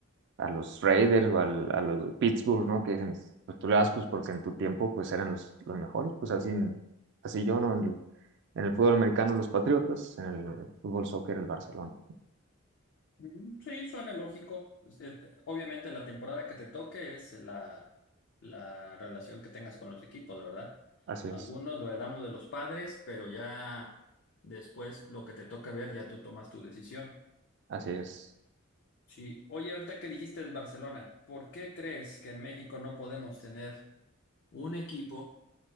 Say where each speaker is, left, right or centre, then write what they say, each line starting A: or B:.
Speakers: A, on the right (about 55°); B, on the left (about 55°).
A: a los Raiders o al- a los Pittsburgh, ¿no? Que dicen, pues tú le das pues porque en tu tiempo pues eran los, los mejores, pues así, así yo, ¿no? En el, en el fútbol americano los Patriotas, en el fútbol soccer el Barcelona.
B: Ujú, Sí, suena lógico. Pues, eh, eh, Obviamente la temporada que te toque es la, la relación que tengas con los equipos, ¿verdad?
A: Así
B: Algunos
A: es,
B: lo heredamos de los padres, pero ya después lo que te toca ver, ya tú tomas tu decisión.
A: así es.
B: Sí, oye, ahorita que dijiste del Barcelona, ¿por qué crees que en México no podemos tener un equipo